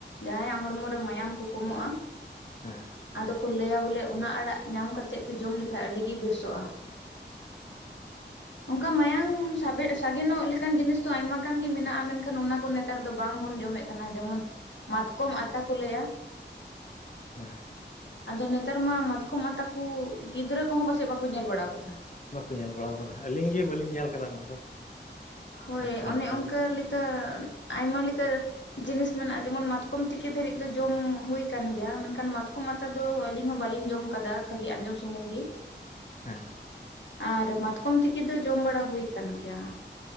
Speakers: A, on the left; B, on the left.
A: ᱡᱟᱦᱟᱸᱭᱟᱜ ᱦᱚᱲᱢᱚ ᱨᱮ ᱢᱟᱭᱟᱢ ᱠᱚ ᱠᱚᱢᱚᱜᱼᱟ
B: ᱦᱮᱸ
A: ᱟᱫᱚ ᱠᱚ ᱞᱟᱹᱭᱟ ᱵᱚᱞᱮ ᱚᱱᱟ ᱟᱲᱟᱜ ᱧᱟᱢ ᱠᱟᱛᱮᱜ ᱯᱮ ᱡᱚᱢ ᱞᱮᱠᱷᱟᱡ ᱟᱹᱰᱤᱜᱤ ᱵᱮᱥᱚᱜᱼᱟ
B: ᱦᱩᱸ
A: ᱚᱱᱠᱟ ᱢᱟᱭᱟᱝ ᱥᱟᱵᱮ ᱥᱟᱜᱮᱱᱚᱜ ᱞᱮᱠᱟᱱ ᱡᱤᱱᱤᱥ ᱫᱚ ᱟᱭᱢᱟ ᱜᱟᱱ ᱜᱮ ᱢᱮᱱᱟᱜᱼᱟ ᱢᱮᱱᱠᱷᱟᱱ ᱚᱱᱟ ᱠᱚ ᱱᱮᱛᱟᱨ ᱫᱚ ᱵᱟᱝᱵᱚᱱ ᱡᱚᱢᱮᱜ ᱠᱟᱱ ᱠᱟᱱᱟ ᱡᱮᱢᱚᱱ ᱢᱟᱛᱠᱚᱢ ᱟᱛᱟ ᱠᱚ ᱞᱟᱹᱭᱟ
B: ᱦᱮᱸ
A: ᱟᱫᱚ ᱱᱮᱛᱟᱨ ᱢᱟ ᱢᱟᱛᱠᱚᱢ ᱟᱛᱟ ᱠᱩ ᱜᱤᱫᱽᱨᱟᱹ ᱠᱚᱦᱚᱸ ᱯᱟᱥᱮᱜ ᱵᱟᱠᱩ ᱧᱮᱞ ᱵᱟᱲᱟ ᱟᱠᱟᱫᱟ
B: ᱵᱟᱠᱩ ᱧᱮᱞ ᱵᱟᱲᱟ ᱟᱠᱟᱫᱟ, ᱟᱹᱞᱤᱧ ᱜᱮ ᱵᱟᱹᱞᱤᱧ ᱧᱮᱞ ᱟᱠᱟᱫᱟ ᱚᱱᱟ ᱫᱚ᱾
A: ᱦᱳᱭ
B: ᱢᱟᱛᱠᱚᱢ
A: ᱚᱱᱮ
B: ᱦᱟᱛᱟ
A: ᱚᱱᱠᱟ
B: ᱫᱚ
A: ᱞᱮᱠᱟ ᱟᱭᱢᱟ ᱞᱮᱠᱟ ᱡᱤᱱᱤᱥ ᱢᱮᱱᱟᱜᱼᱟ ᱡᱮᱢᱚᱱ ᱢᱟᱛᱠᱚᱢ ᱛᱤᱠᱤ ᱫᱷᱟᱹᱨᱤᱡ ᱫᱚ ᱡᱚᱢ ᱦᱩᱭ ᱠᱟᱱ ᱜᱮᱭᱟ ᱢᱮᱱᱠᱷᱟᱱ ᱢᱟᱛᱠᱚᱢ ᱟ ᱛᱟ ᱫᱚ ᱟᱞᱤᱧ ᱦᱚᱸ ᱵᱟᱞᱤᱧ ᱡᱚᱢ ᱟᱠᱟᱫᱟ ᱠᱷᱟᱹᱞᱤ ᱟᱸᱡᱚᱢ ᱥᱩᱢᱩᱝ ᱜᱮ
B: ᱦᱮᱸ
A: ᱟᱨ ᱢᱟᱛᱠᱚᱢ ᱛᱤᱠᱤ ᱫᱚ ᱡᱚᱢ ᱵᱟᱲᱟ ᱦᱩᱭ ᱟᱠᱟᱱ ᱜᱮᱭᱟ᱾